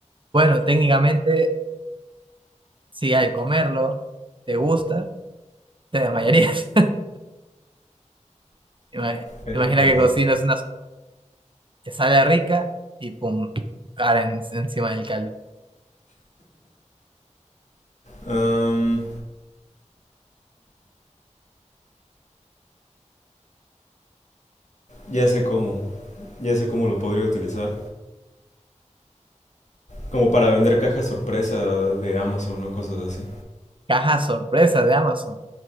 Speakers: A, on the right; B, on the left.
A: Pero técnicamente, si al comerlo te gusta, te desmayarías. <laughs> Ima-
B: Eso
A: Imagina
B: es verdad.
A: que cocinas que sale rica y pum, cara en- encima del caldo.
B: Am, ya sé cómo. Ya sé cómo lo podría utilizar. Como para vender cajas sorpresa de Amazon o cosas así.
A: Caja sorpresa de Amazon.